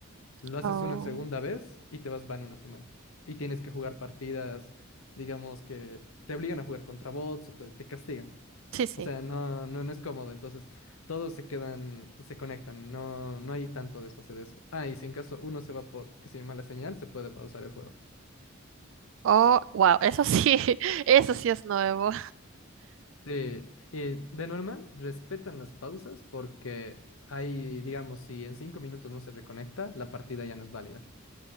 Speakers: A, on the left; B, on the right.
A: Lo haces
B: Oh,
A: una segunda vez y te vas van una semana. Y tienes que jugar partidas, digamos que te obligan a jugar contra bots o te, te castigan.
B: sí, sí.
A: O sea, no, no, no es cómodo. Entonces, todos se quedan, se conectan. No, no hay tanto desfase de eso. Ah, y si en caso uno se va por que se llama la señal, se puede pausar el juego.
B: Oh, wow, eso sí, <laughs> eso sí es nuevo.
A: Sí, eh, de normal respetan las pausas porque hay, digamos, si en cinco minutos no se reconecta, la partida ya no es válida.